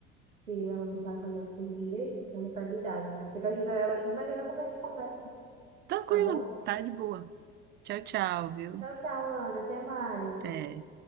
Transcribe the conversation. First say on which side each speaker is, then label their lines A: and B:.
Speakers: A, on the right; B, on the right.
A: que ela não sabe fazer as coisas direito, então ela tá de idade, né? Eu tenho que ajudar ela aqui, mas daqui a pouco a gente conversa,
B: Tranquilo,
A: tá bom?
B: tá de boa. Tchau, tchau, viu?
A: Tchau, tchau, Ana. Até mais.
B: Até.